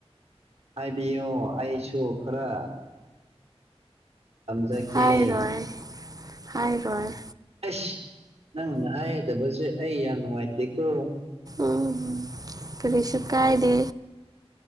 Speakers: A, on the right; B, on the right.
A: ꯑꯥꯏꯕꯤꯌꯣ ꯑꯥꯏꯁꯨ ꯑꯣ ꯈꯔ ꯇꯝꯖꯒꯦ
B: ꯍꯥꯏꯔꯣꯏ ꯍꯥꯏꯔꯣꯏ꯫
A: ꯑꯁ ꯅꯪꯅ ꯍꯥꯏꯗꯕꯁꯦ ꯑꯩ ꯌꯥꯝ ꯅꯨꯡꯉꯥꯏꯇꯦꯀꯣ
B: ꯎꯝ ꯀꯔꯤꯁꯨ ꯀꯥꯏꯗꯦ꯫